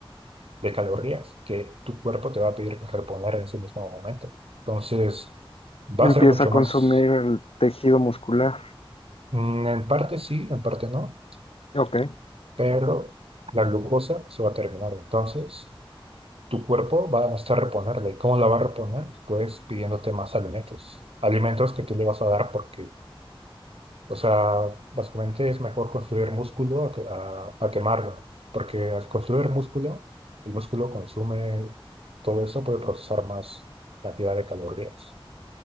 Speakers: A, on the right; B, on the left.
A: de calorías que tu cuerpo te va a pedir reponer en ese mismo momento. Entonces, va
B: Empieza
A: a ser mucho
B: a
A: más,
B: consumir el tejido muscular.
A: mm, en parte sí, en parte no
B: Ok,
A: pero la glucosa se va a terminar. Entonces, tu cuerpo va a necesitar reponerla. ¿Y cómo la va a reponer? Pues pidiéndote más alimentos. Alimentos que tú le vas a dar porque, o sea, básicamente es mejor construir músculo a, que- a- a quemarlo. Porque al construir músculo, el músculo consume todo eso, puede procesar más cantidad de calorías.